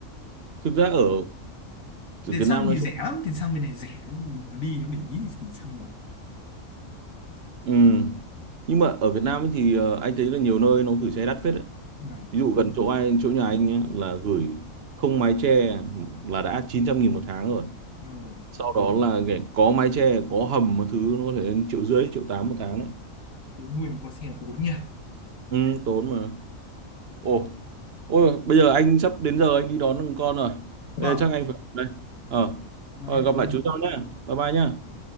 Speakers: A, on the right (about 55°); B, on the left (about 75°).
A: thực ra ở ở
B: Tiền
A: Việt
B: xăng
A: Nam nói
B: thì rẻ
A: chung
B: lắm, tiền xăng bên này rẻ, nó đi nó để ý thì tiền xăng rồi.
A: ừ nhưng mà ở Việt Nam ấy thì ờ, anh thấy là nhiều nơi nó gửi xe đắt phết đấy
B: À,
A: ví dụ gần chỗ anh chỗ nhà anh nhé là gửi không mái che là đã chín trăm nghìn một tháng rồi
B: rồi.
A: sau đó là để có mái che có hầm một thứ nó có thể lên triệu rưỡi triệu tám một tháng đấy
B: Nuôi một con xe tốn nhỉ.
A: ừ, tốn mà ồ ôi bây giờ anh sắp đến giờ anh đi đón con rồi
B: Vâng,
A: bây giờ chắc anh phải đây ờ
B: vâng
A: rồi
B: em
A: gặp
B: chào
A: lại
B: anh.
A: chú sau nhé bye bye nhé